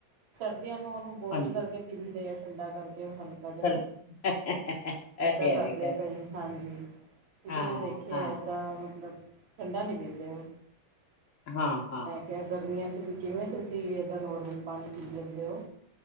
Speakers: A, on the right; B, on the left.
A: ਸਰਦੀਆਂ ਨੂੰ ਉਹਨੂੰ ਬੋਇਲ
B: ਹਾਂਜੀ
A: ਕਰਕੇ ਪੀਦੇ ਆ। ਠੰਡਾ ਕਰਕੇ ਹਲਕਾ ਹਾਂ ਜਿਹਾ
B: ਸਰਦੀ
A: ਨਾ,
B: ਇਹ
A: ਏਦਾਂ
B: ਤੇ ਹੈਵੇ
A: ਕਰਦੇ
B: ਖੈਰ
A: ਕਈ ਹਾਂਜੀ। ਕਿਉਂਕਿ
B: ਹਾਂ
A: ਮੈਂ ਦੇਖਿਆ
B: ਹਾਂ
A: ਏਦਾਂ ਮਤਲਬ, ਠੰਡਾ ਨੀ ਪੀਂਦੇ ਉਹ।
B: ਹਾਂ ਹਾਂ
A: ਮੈਂ ਕਿਹਾ ਗਰਮੀਆਂ 'ਚ ਵੀ ਕਿਵੇਂ ਤੁਸੀਂ ਏਦਾਂ ਨੋਰਮਲ ਪਾਣੀ ਪੀ ਲੈਂਦੇ ਓ।